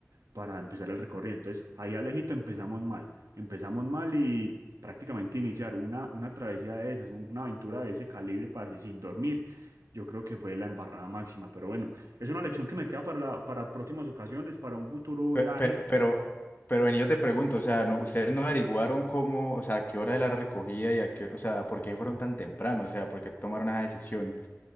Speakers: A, on the right; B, on the left.
A: para empezar el recorrido. Entonces, ahí Alejito empezamos mal. Empezamos mal y prácticamente iniciar una, una travesía de esas, un- una aventura de ese calibre, parce, sin dormir. Yo creo que fue la embarrada máxima, pero bueno, es una lección que me queda para, la- para próximas ocasiones, para un futuro
B: Pe-
A: viaje.
B: Pero, pero, pero, vení, yo te pregunto, o sea, no, ustedes no averiguaron cómo, o sea, a qué hora de la recogida y a qué hora, o sea, por qué fueron tan temprano, o sea, por qué tomaron esa decisión